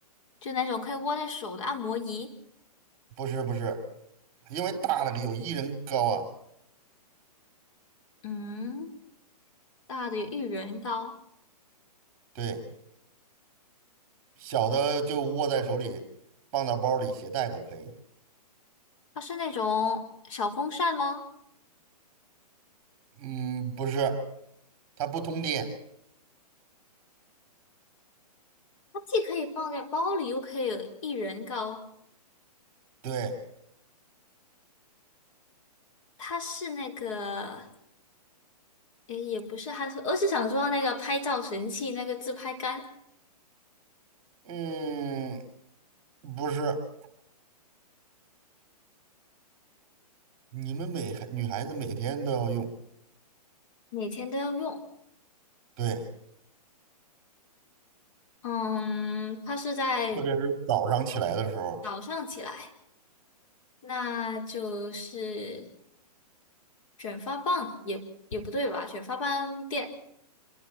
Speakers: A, on the left; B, on the right.
A: 就那种可以握在手的按摩仪，
B: 不是不是，因为大的有一人高啊，
A: 嗯，大的有一人高。
B: 对，小的就握在手里，放到包里携带都可以。
A: 它是那种小风扇吗？
B: 嗯，不是，它不通电。
A: 它既可以放在包里，又可以有一人高。
B: 对，
A: 它是那个，诶，也不是，还是我是想说那个拍照神器，那个自拍杆，
B: 嗯，不是。你们每孩女孩子每天都要用，
A: 每天都要用。
B: 对，
A: 嗯，它是在
B: 特别是早上起来的时候，
A: 早上起来，那就是卷发棒也也不对吧？卷发棒店、